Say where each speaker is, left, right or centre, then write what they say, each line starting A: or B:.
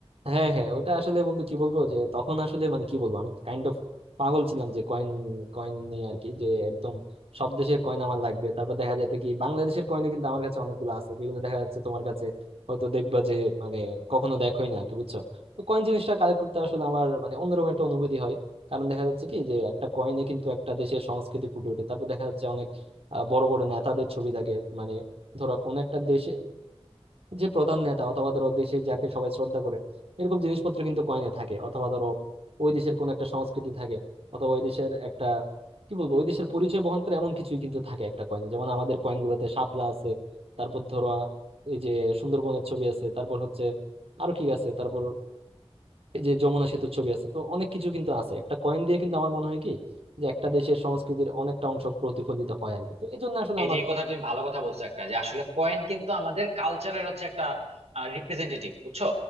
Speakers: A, on the right; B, on the right.
A: হ্যাঁ হ্যাঁ ওটা আসলে বন্ধু কি বলবো যে তখন আসলে মানে কি বলবো আমি কাইন্ড অফ পাগল ছিলাম যে কয়েন কয়েন নিয়ে আর কি যে একদম সব দেশের কয়েন আমার লাগবে তারপর দেখা যেত কি বাংলাদেশের কয়েনও কিন্তু আমার কাছে অনেকগুলো আছে যেগুলো দেখা যাচ্ছে তোমার কাছে হয়তো দেখবা যে মানে কখনো দেখোই না আর কি বুঝছো তো কয়েন জিনিসটা কালেক্ট করতে আসলে আমার মানে অন্যরকম একটা অনুভূতি হয় কারণ দেখা যাচ্ছে কি যে একটা কয়েনে কিন্তু একটা দেশের সংস্কৃতি ফুটে ওঠে তারপর দেখা যাচ্ছে অনেক আহ, বড় বড় নেতাদের ছবি থাকে মানে ধরো কোন একটা দেশে যে প্রধান নেতা অথবা ধরো দেশে যাকে সবাই শ্রদ্ধা করে এরকম জিনিসপত্র কিন্তু কয়েনে থাকে অথবা ধরো ওই দেশের কোন একটা সংস্কৃতি থাকে অথবা ওই দেশের একটা কি বলবো ওই দেশের পরিচয় বহন করে এমন কিছুই কিন্তু থাকে একটা কয়েনে যেমন আমাদের কয়েন গুলোতে শাপলা আছে তারপর ধরো আ, এই যে সুন্দরবনের ছবি আছে তারপর হচ্ছে আরো কি আছে তারপর এই যে যমুনা সেতুর ছবি আছে তো অনেক কিছু কিন্তু আছে একটা কয়েন দিয়ে কিন্তু আমার মনে হয় কি যে একটা দেশের সংস্কৃতির অনেকটা অংশ প্রতিফলিত হয় আর কি তো এই জন্য আসলে
B: এই
A: আমার
B: যে এই কথা তুমি ভালো কথা বলছো একটা যে আসলে কয়েন কিন্তু আমাদের কালচারের হচ্ছে একটা রিপ্রেজেন্টেটিভ বুঝছো